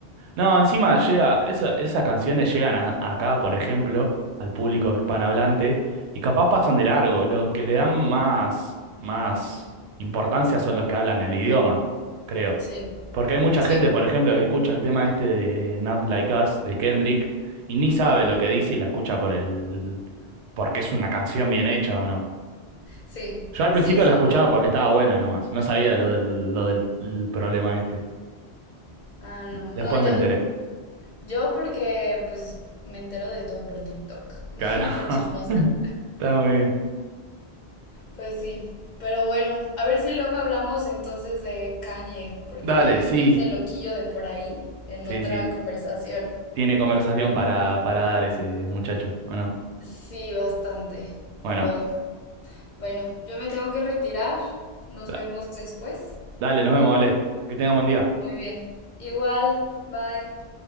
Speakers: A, on the right; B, on the left.
A: No, encima llega, esa- esas canciones llegan a- acá, por ejemplo, al público hispanohablante, y capaz pasan de largo. Los que le dan más, más importancia son los que hablan el idioma, creo.
B: sí,
A: Porque hay mucha
B: sí,
A: gente, por ejemplo, que escucha el tema este de Not Like Us de Kendrick y ni sabe
B: ujú,
A: lo que dice y la escucha por el, porque es una canción bien hecha o no.
B: Sí,
A: Yo al principio
B: sí, seguro.
A: la escuchaba porque estaba buena nomás, no sabía lo del, lo del el problema este.
B: Ah, no, no,
A: Después
B: yo,
A: me enteré.
B: yo porque pues me entero de todo por TikTok,
A: Claro.
B: <laughs> por chismosa.
A: <laughs> Está muy bien.
B: Pues sí, pero bueno, a ver si luego hablamos entonces de Kanye, porque
A: Dale, sí,
B: de ese loquillo de por ahí en
A: sí,
B: otra
A: sí.
B: conversación.
A: Tiene conversación para, para dar ese muchacho, ¿o no?
B: Sí, bastante,
A: Bueno,
B: pero bueno, yo me tengo que retirar. Nos
A: da-
B: vemos después.
A: dale, nos vemos, dale. Que tenga un buen día.
B: Muy bien. Igual, bye.